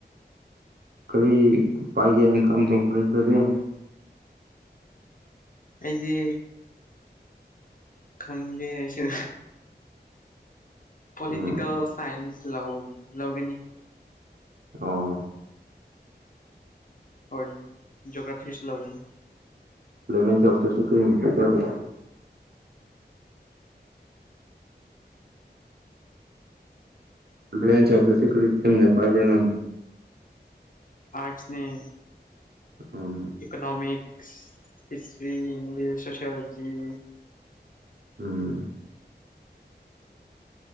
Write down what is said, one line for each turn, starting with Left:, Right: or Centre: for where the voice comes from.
Right: ꯀꯔꯤ ꯄꯥꯏꯒꯦꯅ ꯈꯟꯕ꯭ꯔꯣ ꯀꯣꯂꯦꯁꯇꯗꯤ
Left: ꯑꯩꯒꯤ ꯈꯟꯗꯦ ꯑꯩꯁꯨ ꯄꯣꯂꯤꯇꯀꯦꯜ
Right: ꯎꯝ
Left: ꯁꯥꯏꯟꯁ ꯂꯧ ꯂꯧꯒꯅꯤ
Right: ꯑꯣ
Left: ꯍꯣꯏ ꯖꯣꯒ꯭ꯔꯥꯐꯤꯁ ꯂꯧꯒꯅꯤ
Right: ꯑꯦꯂꯚꯦꯟ ꯇꯨꯌꯦꯞꯇꯁꯨ ꯀꯔꯤ ꯈꯟꯕ꯭ꯔ ꯑꯗꯨꯘꯤ ꯑꯦꯂꯚꯦꯟ ꯇꯨꯌꯦꯞ ꯇꯗꯤ ꯀꯔꯤ ꯏꯁꯇꯤꯝ ꯄꯥꯏꯕ꯭ꯔ ꯅꯪ
Left: ꯑꯦꯁꯅꯦ
Right: ꯎ
Left: ꯏꯀꯅꯣꯃꯤꯛꯁ ꯍꯤꯁꯇ꯭ꯔꯤ ꯏꯪꯂꯤꯁ ꯁꯣꯁꯤꯑꯣꯂꯣꯖꯤ
Right: ꯎꯝ